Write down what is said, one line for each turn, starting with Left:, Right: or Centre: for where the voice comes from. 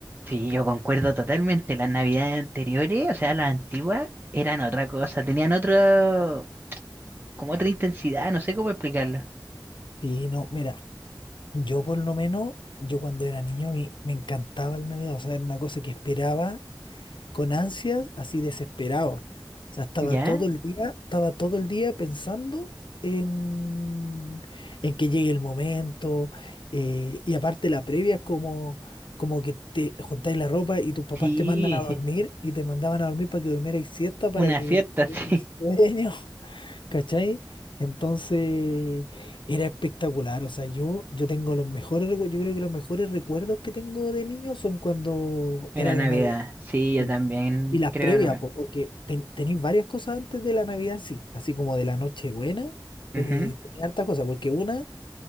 Right: Sí, yo concuerdo totalmente. Las navidades anteriores, o sea, las antiguas, eran otra cosa, tenían otro, como otra intensidad, no sé cómo explicarlo.
Left: Sí, no, mira, yo por lo menos, yo cuando era niño a mí me encantaba el Navidad, o sea, era una cosa que esperaba con ansias, así desesperado. O sea, estaba
Right: ¿Ya?
Left: todo el día, estaba todo el día pensando en, en que llegue el momento, eh, y aparte la previa es como, como que te juntáis la ropa y tus papás
Right: Sí,
Left: te mandan a dormir y te mandaban a dormir para que durmierais siesta,
Right: <laughs>
Left: para
Right: una
Left: que
Right: cierta,
Left: tuvierais
Right: sí.
Left: <laughs> sueño. ¿Cachai? Entonces era espectacular. O sea, yo, yo tengo los mejores recuerdos. Yo creo que los mejores recuerdos que tengo de niño son cuando
Right: Era
Left: era la
Right: Navidad.
Left: Navidad.
Right: Sí, yo
Left: sí.
Right: también
Left: Y las
Right: creo,
Left: previas,
Right: no me.
Left: po, porque ten- tenéis varias cosas antes de la Navidad, en sí. Así como de la Nochebuena,
Right: Ujú,
Left: eh, tenía hartas cosas. Porque una,